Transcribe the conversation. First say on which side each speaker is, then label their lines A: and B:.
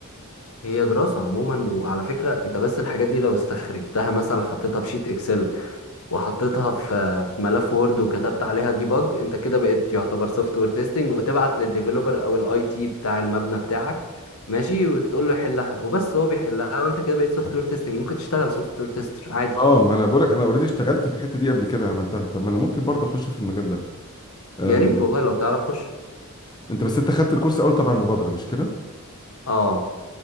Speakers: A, on the left; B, on the left.
A: هي دراسه عموما وعلى فكره انت بس الحاجات دي لو استخرجتها مثلا حطيتها في شيت اكسل وحطيتها في في ملف وورد وكتبت عليها ديباج انت كده بقيت يعتبر سوفت وير تيستنج وتبعت للديفلوبر او الاي تي بتاع المبنى بتاعك ماشي وتقول له يحلها وبس هو بيحلها وانت كده بقيت سوفت وير تيستنج ممكن تشتغل سوفت وير تيستر عادي
B: اه ما انا بقولك انا اوريدي اشتغلت في الحته دي قبل كده عملتها طب ما انا ممكن برضه اخش في المجال ده أم،
A: يا ريت والله لو تعرف خش
B: انت بس انت خدت الكورس اول تبع المبادره مش كده
A: اه